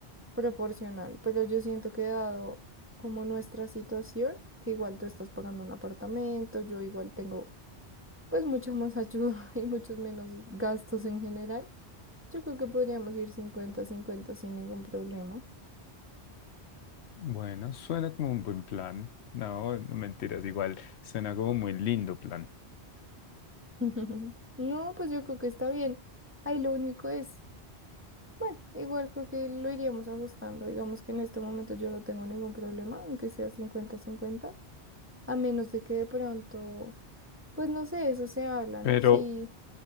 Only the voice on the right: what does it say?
proporcional, pero yo siento que dado como nuestra situación, que igual tú estás pagando un apartamento, yo igual tengo pues mucha más ayuda <laughs> y muchos menos gastos en general. Yo creo que podríamos ir cincuenta cincuenta sin ningún problema.
<laughs> No, pues yo creo que está bien. Ahí lo único es, bueno, igual creo que lo iríamos ajustando. Digamos que en este momento yo no tengo ningún problema, aunque sea cincuenta cincuenta a menos de que de pronto, pues no sé, eso se habla,
¿no? Sí,